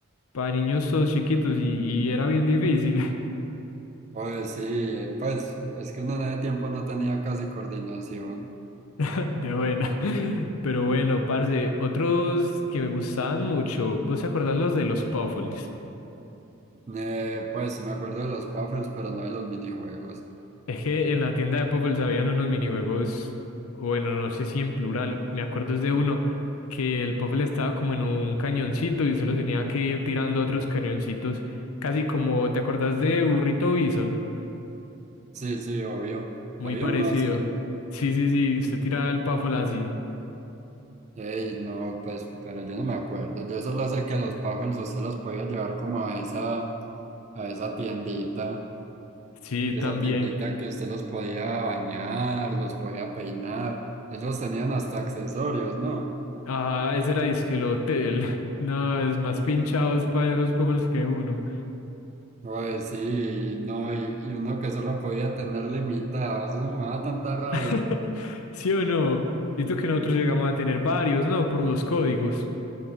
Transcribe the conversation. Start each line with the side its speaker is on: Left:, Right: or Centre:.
Left: para niños todos chiquitos y, y era bien difícil,
Right: Oye, sí, eh, pues es que uno de tiempo no tenía casi coordinación.
Left: <laughs> de buena. Pero bueno, parce, otros que me gustaban mucho, ¿vos te acordás los de los Puffles?
Right: Eh, pues me acuerdo de los puffles, pero no de los minijuegos.
Left: Es que en la tienda de Popple habían unos minijuegos, bueno, no sé si en plural, me acuerdo es de uno, que el Popple estaba como en un cañoncito y solo tenía que ir tirando otros cañoncitos, casi como, ¿te acordás de Burrito Bison?
Right: Sí, sí, obvio.
Left: Muy
Right: Había
Left: parecido.
Right: uno así.
Left: Sí, sí, sí, usted tiraba el Puffle así.
Right: Ey, no, pues, pero yo no me acuerdo. Yo solo sé que los puffles usted los podía llevar como a esa, a esa tiendita.
Left: Sí,
Right: Esa
Left: también.
Right: tiendita que usted los podía bañar, los podía peinar. Ellos tenían hasta accesorios, ¿no?
Left: Ajá, ese era disque el hotel. <laughs> No, es más pinchados para esos Puffles que uno.
Right: Oye, sí, no, y, y uno que solo podía tener limitado. Eso me da tanta rabia.
Left: <laughs> ¿Sí o no? Esto que nosotros llegamos a tener varios, ¿no? Por los códigos.